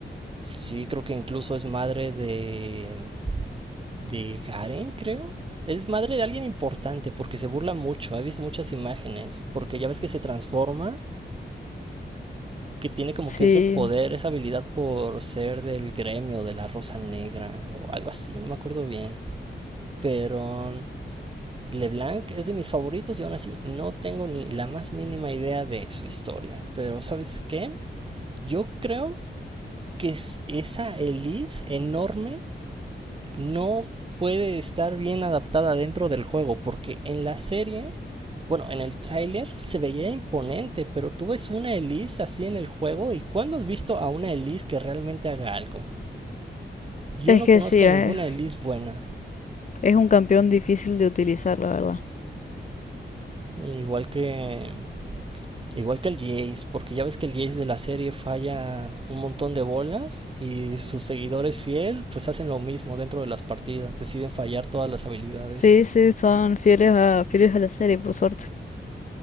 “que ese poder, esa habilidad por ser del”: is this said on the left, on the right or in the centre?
Right